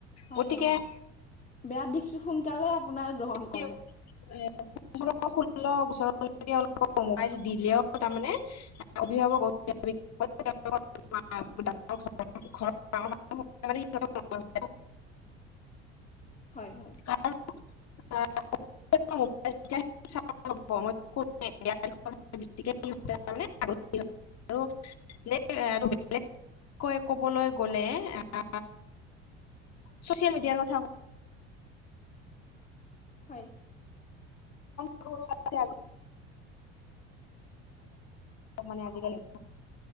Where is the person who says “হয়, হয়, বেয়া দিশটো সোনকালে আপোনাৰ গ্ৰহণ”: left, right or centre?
Left